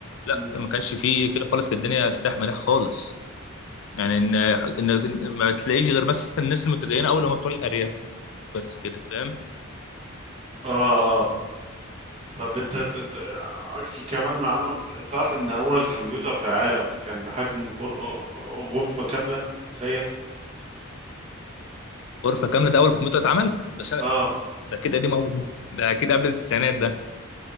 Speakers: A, on the left (about 60°); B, on the right (about 30°).
A: لا
B: مم.
A: ما كانش فيه كده خالص كانت الدنيا سداح مداح خالص يعني ان ان ما تلاقيش غير مثلا الناس المتدينه اول لما بتوع الارياف بس كده فاهم
B: آه طب انت ت- ت- آه، في كمان معلومة تعرف ان اول كمبيوتر في العالم كان بحجم غر... غرفة كاملة تخيل
A: غرفه كامله ده اول كمبيوتر اتعمل ده سنه
B: اه
A: ده كده قديم قوي ده ده اكيد قبل التسعينات ده